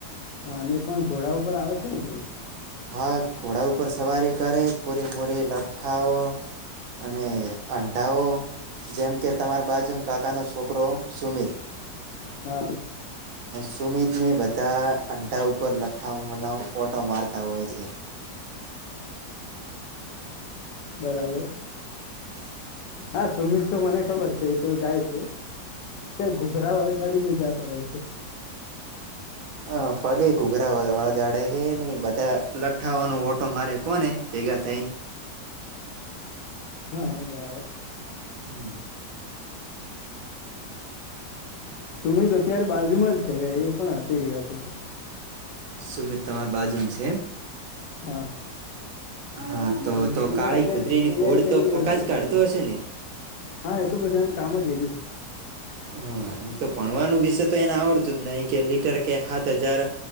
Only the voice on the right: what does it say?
હા ઘોડા ઉપર સવારી કરે કોરી મોરી લઠ્ઠાઓ અને અંડાઓ જેમ કે તમાર બાજુ કાકા નો છોકરો સુમિત
સુમિત ની બધા અંડા ઉપર લઠાનાવ ઓટો માર્ ત હોય છે
<inaudible>
હ પગે ઘૂઘરા વગાડે હ ઈ બધા લઠ્ઠાઓ નો ઓટો મારે કોને ભેગા થઈને
હમ
સુમિત તમાર બાજુ છે
હા તો તો
કાળી
કુદરીની
ઘોડ
તો
ફકા
જ કાઢતો હશે ને
હા અ તો ભણવાનું બી તો એને આવડતું જ નહીિ કે લીટર કે સાત હજાર